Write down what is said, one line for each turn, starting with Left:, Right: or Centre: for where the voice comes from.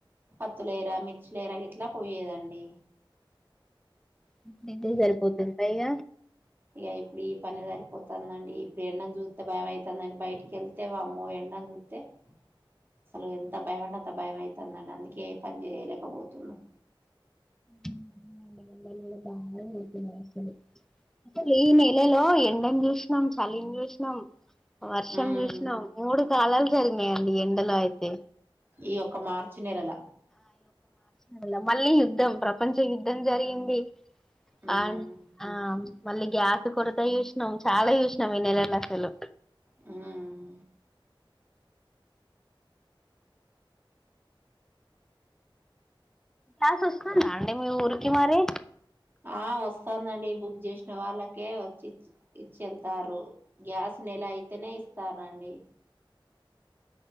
Right: పత్తులు ఏరా, మిర్చిలేరా గిట్ ట్ల పోయేదండి.
Centre: మ్మ్ నిద్ర సరిపోతుందా ఇగ
Right: ఇగా ఇప్పుడు ఈ పని సరిపోతందండి. ఇప్పుడు ఎండను చూస్తే భయమయితాందండి. బయటికేళ్తే వామ్మో ఎండను జుత్తే. అస్సలు ఎంత భయమంటే అంత భయమైతాందండి. అందుకే ఏ పని జేయలేకపోతున్నా.
Centre: ఉహ్మ్ ఎండలు కూడా బాగానే కొడుతున్నాయి అసలు. అసలు ఈ నెలలో ఎండను చూసినం, సాలిన్ చూసినం. వర్షం
Right: ఉమ్
Centre: చూసిన మూడు కాలాలు జరిగినయి అండి. ఈ ఎండలో అయితే
Right: ఈ ఒక మార్చి నెలలా
Centre: నెలల మళ్లీ యుద్ధం, ప్రపంచ యుద్ధం జరిగింది.
Right: ఉమ్
Centre: అవును అవున మల్లి గ్యాస్ కూడాత చూసినం, చాలా చూసినం ఈ నెలల అసలు.
Right: హ్మ్
Centre: గ్యాస్ వస్తాందా అండి మీ ఊరికి మరి.
Right: ఆ వస్తాందండి బుక్ చేసిన వాళ్ళకె వచ్చి ఇచ్చి ఇచ్చేల్త్తారు. గ్యాస్ నెల అయితేనే ఇస్తారండి.